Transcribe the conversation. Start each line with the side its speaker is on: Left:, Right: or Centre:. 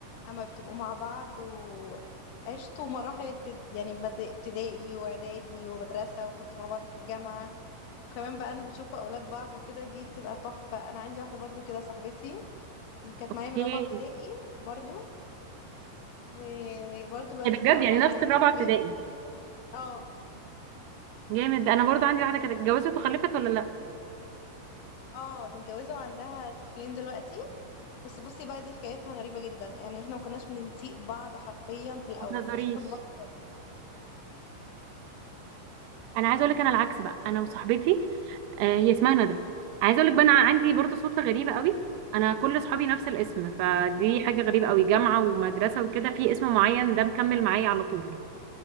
Left: اما بتبقوا مع بعض وعشتوا مراحل ابتد... يعني مد- ابتدائي واعدادي ومدرسة وكنتوا مع بعض في الجامعة وكمان بقى انا بشوف اولاد بعض وكده دي بتبقى تحفة انا عندي واحدة برضو كده صاحبتي كانت
Right: اوكي
Left: معايا من رابعة
Right: ايه
Left: ابتدائي برضو وبرضو دلوقتي
Right: ده بجد
Left: معاها
Right: يعني نفس الرابعه
Left: طفلين
Right: ابتدائي
Left: اه
Right: جامد انا برضو عندي واحده كانت اتجوزت وخلفت ولا لا
Left: اه متجوزة وعندها طفلين دلوقتي بس بصي بقى دي حكايتها غريبة جدا يعني احنا ما كناش بنسيق بعض حرفيا في الاول
Right: ما تهزريش
Left: ما كناش بنحب بعض خالص.
Right: انا عايزه اقول لك انا العكس بقى انا وصاحبتي آه هي اسمها ندى عايزه اقول لك بقى انا عندي برضو صدفه غريبه قوي انا كل صحابي نفس الاسم فدي حاجه غريبه قوي جامعه ومدرسه وكده في اسم معين ده مكمل معايا على طول